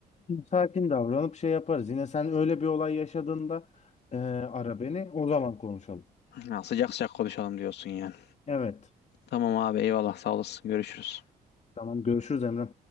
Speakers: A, on the left; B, on the left.
A: sakin davranıp şey yaparız. Yine sen öyle bir olay yaşadığında e, ara beni. O zaman konuşalım.
B: Ya, sıcak sıcak konuşalım diyorsun yani.
A: Evet.
B: Tamam abi eyvallah sağ olasın görüşürüz.
A: Tamam görüşürüz Emre.